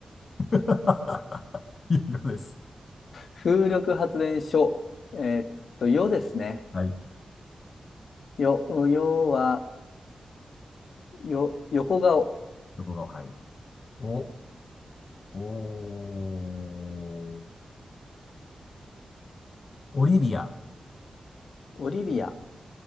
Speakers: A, on the left; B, on the left.
A: <laughs> いうようです。
B: 風力発電所。えーっと、よですね。
A: はい。
B: よ、よは、よ、横顔。
A: どこが、はい。お、おー、オリビア。
B: オリビア。